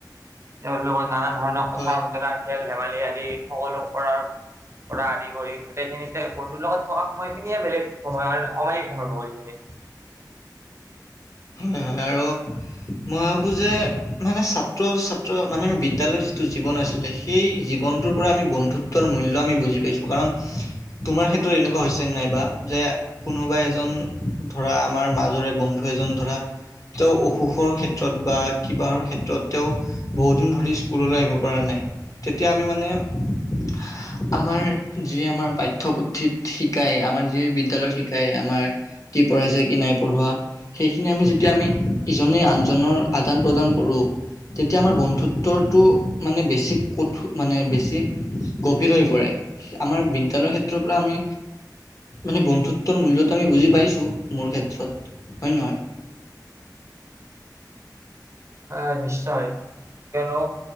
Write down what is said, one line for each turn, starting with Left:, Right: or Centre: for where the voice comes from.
Right: তেওঁৰ লগত নানান ধৰণৰ কথা
Left: হয়
Right: বতৰা খেল ধেমালি আদি সকলো কৰাৰ হয়। পৰা আদি কৰি সেইখিনিতে বন্ধুৰ লগত থকা সময় খিনিয়ে বেলেগ সময় মানে অমায়িক সময় বহুখিনি।
Left: হয় হয় আৰু মই ভাবোঁ যে মানে ছাত্ৰ ছাত্ৰ মানে বিদ্যালয়ৰ যিটো জীৱন আছিলে সেই জীৱনটোৰ পৰা আমি বন্ধুত্বৰ মূল্য আমি বুজি পাইছোঁ, কাৰণ তোমাৰ ক্ষেত্ৰত এনেকুৱা হৈছেনে নাইবা যে কোনোবা এজন ধৰা আমাৰ মাজৰে বন্ধু এজন ধৰা তেওঁ অসুখৰ ক্ষেত্ৰত বা কিবাহৰ ক্ষেত্ৰত তেওঁ বহুত দিন ধৰি স্কুললৈ আহিব পৰা নাই। তেতিয়া আমি মানে আমাৰ যি আমাৰ পাঠ্যপুথিত শিকায় আমাৰ যি বিদ্যালয়ত শিকায় আমাৰ কি পঢ়াইছে কি নাই পঢ়োৱা, সেইখিনি আমি যেতিয়া আমি ইজনে আনজনৰ আদান প্ৰদান কৰোঁ। তেতিয়া আমাৰ বন্ধুত্বটো মানে বেছি কঠো মানে বেছি গভীৰ হৈ পৰে। আমাৰ বিদ্যালয়ৰ ক্ষেত্ৰৰ পৰা আমি মানে বন্ধুত্ব তৰ মূল্যটো আমি বুজি পাইছোঁ মোৰ ক্ষেত্ৰত, হয় নে নহয়?
Right: আহ নিশ্চয়, কিয়নো